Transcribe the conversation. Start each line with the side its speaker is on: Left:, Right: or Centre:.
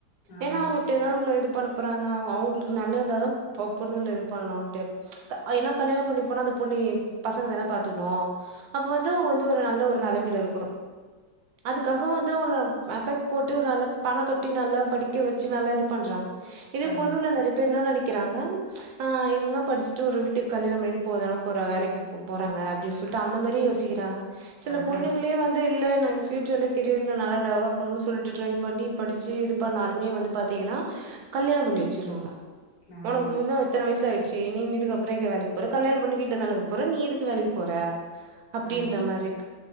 Right: ஏன்னா
Left: ஆமா
Right: அவங்க இப்டில நம்பள இது பனுப்ப ப்றாங்க அவங்களுக்கு நல்ல இருந்தாதா ப பொண்ணுங்கல்ல இது பண்ணணுன்டு ஏன்னா கல்யாணம் பண்ணி போனா அந்த பொண்ண பசங்க தான பாத்துக்ணு அப்ப வந்து அவங்க வந்து ஒரு நல்ல ஒரு நெலைமையில இருக்கணு அதுக்காக வந்து அவங்க எபெஃக்ட் போட்டு நல்ல பணம் கட்டி நல்லா படிக்க வச்சு நல்லா இது பண்றாங்க இதே
Left: ஆமா
Right: பொண்ணுகள நெறைய பேர் என்னா நெனைக் க்கிறாங்க ஆ இவன்னே படிச்சுட்டு ஒரு விட்டுக்கு கல்யாண பண்ணிட்டு போக தானா போற வேலைக்கா போப் போறாங்க அப்டின்னு சொல்லிட்டு அந்த மாரி யோசிக்றாங்க சில
Left: ஆமா
Right: பொண்ணுங்களே வந்து இல்ல பியூச்சர்ல கெரியர் நல்லா டெவலப் பண்ணும்னு சொல்லிட்டு ட்ரை பண்ணி படிச்சு இது பண்ணாலுமே வந்து பாத்தீங்கன்னா கல்யாணம் பண்ணி வெச்சிறாங்க
Left: ஆமா ஆமா
Right: உனக்கு இன்னும் இத்தன வயசு ஆயி செரி நீ இதுக்கப்பறோ எங்க வேலைக் போற கல்யாணோ பண்ணி வீட்ல தான இருக்க போற நீ எதுக்கு வேலைக்கு போற அப்டின்ற
Left: ஆமா
Right: மாரி இக்